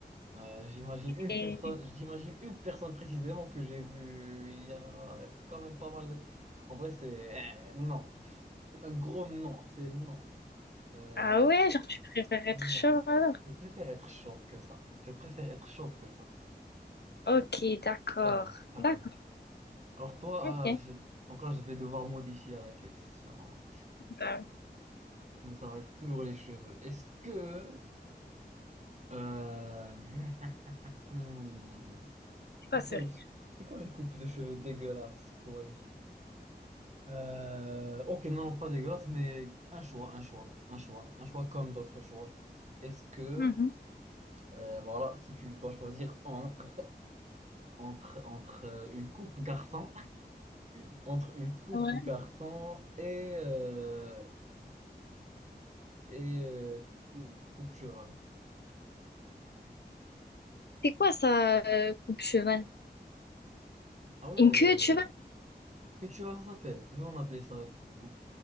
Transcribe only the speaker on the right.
Euh, j'imagine une
personne, j'imagine une personne précisément que j'ai vue il y a quand même pas mal de temps. En vrai, c'est euh, non. C'est un gros non, c'est non. Euh,
non,
c'est- je préfère être chauve que ça. Je préfère être chauve que ça.
Carrément, carrément.
Alors toi,
euh, je- donc là, je vais devoir modifier la question.
Mais ça va être toujours les cheveux. Est-ce que Euh, <laughs> hmm.
C'est quoi
une... C'est quoi une coupe de cheveux dégueulasse pour les Euh, ok, non, non, pas dégueulasse, mais un choix, un choix, un choix, un choix comme d'autres choix. Est-ce que,
euh, voilà, si tu dois choisir entre, entre, entre euh, une coupe garçon, <laughs> entre une coupe
garçon et, euh, et euh, cou- coupe cheval.
Ah ouais,
euh,
que cheval ça s'appelle? Nous on appelait ça coupe